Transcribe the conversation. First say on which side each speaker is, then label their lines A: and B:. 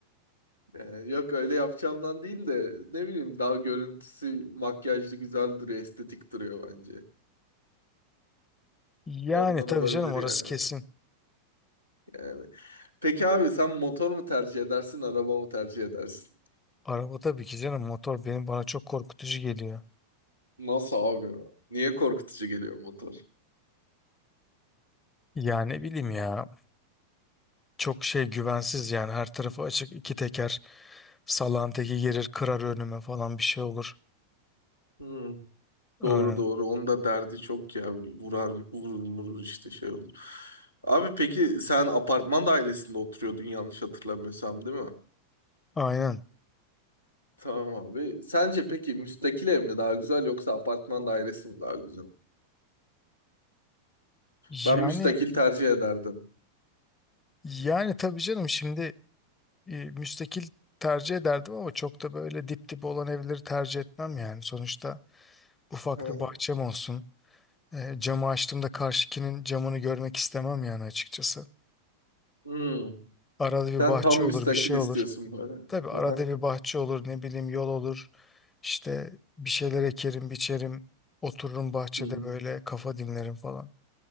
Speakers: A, on the left (about 85°); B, on the left (about 15°).
A: Yani yok öyle yapacağımdan değil de ne bileyim daha görüntüsü makyajlı güzel duruyor, estetik duruyor bence.
B: Yani
A: Ondan
B: tabii
A: olabilir
B: canım orası
A: yani.
B: kesin.
A: böyle. Yani. Peki abi sen motor mu tercih edersin, araba mı tercih edersin?
B: Araba tabii ki canım motor benim bana çok korkutucu geliyor.
A: Nasıl abi ya? Niye korkutucu geliyor motor?
B: Yani ne bileyim ya çok şey güvensiz yani her tarafı açık iki teker salan teki gelir kırar önüme falan bir şey olur.
A: Hmm,
B: Aynen.
A: doğru doğru. Onun da derdi çok ya. Vurar, vurur, vurur işte şey olur. Abi peki sen apartman dairesinde oturuyordun yanlış hatırlamıyorsam değil mi?
B: Aynen.
A: Tamam abi. Sence peki müstakil ev mi daha güzel yoksa apartman dairesi mi daha güzel?
B: Yani
A: Ben müstakil tercih ederdim.
B: yani tabii canım şimdi e, müstakil tercih ederdim ama çok da böyle dip dip olan evleri tercih etmem yani. Sonuçta ufak
A: Hı.
B: bir bahçem olsun. E, camı açtığımda karşıkinin camını görmek istemem yani açıkçası.
A: Hmm.
B: Arada bir
A: Sen
B: bahçe
A: tam
B: olur,
A: müstakil
B: bir şey
A: istiyorsun
B: olur.
A: böyle.
B: Tabii
A: Aha.
B: arada bir bahçe olur, ne bileyim yol olur. İşte bir şeyler ekerim, biçerim. Otururum bahçede
A: Hı. hı.
B: böyle kafa dinlerim falan.